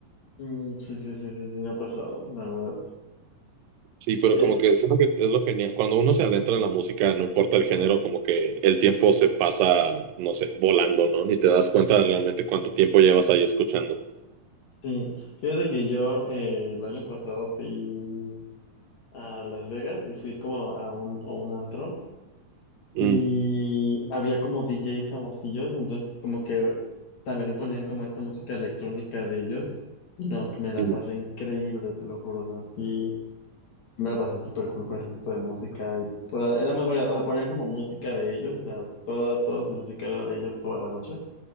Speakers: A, on the left; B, on the right.
A: Mm, sí, sí, sí, sí, sí, me ha pasado, la verdad.
B: Sí, pero
A: Eh,
B: como que siento que es lo genial. Cuando uno se adentra en la música, no importa el género, como que el tiempo se pasa, no sé, volando, ¿no? Ni te das cuenta de realmente cuánto tiempo llevas ahí escuchando.
A: sí, fíjate que yo eh, el año pasado fui a Las Vegas y fui como a un, a un antro
B: Mm,
A: y había como DJs famosillos, entonces como que también ponían como esta música electrónica de ellos y no, que me la
B: mm,
A: pasé increíble, te lo juro, o sea, sí, me la pasé súper cool con ese tipo de música y toda- era muy variada, o sea, ponían como música de ellos, o sea, toda, toda su música era de ellos toda la noche.